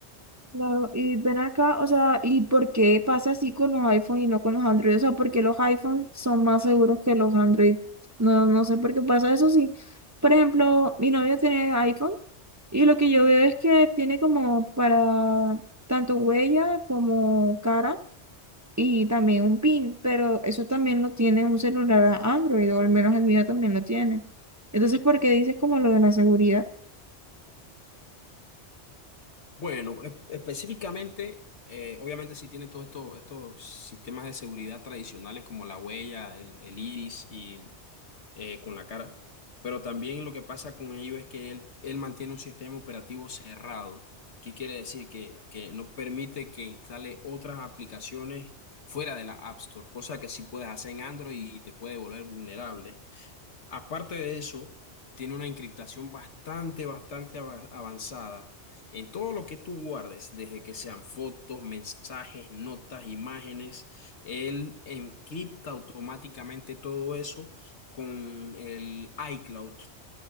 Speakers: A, on the right (about 20°); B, on the left (about 80°).
A: Claro, y ven acá, o sea, ¿y por qué pasa así con los iPhone y no con los Android? O sea, ¿por qué los iPhone son más seguros que los Android? No, no sé por qué pasa eso, sí. Por ejemplo, mi novio tiene iPhone y lo que yo veo es que tiene como para tanto huella como cara y también un PIN, pero eso también lo tiene un celular Android, o al menos el mío también lo tiene. Entonces, ¿por qué dices como lo de la seguridad?
B: Bueno, e- específicamente, eh, obviamente sí tiene todos estos, estos sistemas de seguridad tradicionales como la huella, el, el iris eh, con la cara. Pero también lo que pasa con ello es que él, él mantiene un sistema operativo cerrado. ¿Qué quiere decir? Que, que no permite que instale otras aplicaciones fuera de la App Store, cosa que sí puedes hacer en Android y te puede volver vulnerable. Aparte de eso, tiene una encriptación bastante, bastante ava- avanzada. En todo lo que tú guardes, desde que sean fotos, mensajes, notas, imágenes, él encripta automáticamente todo eso con el iCloud.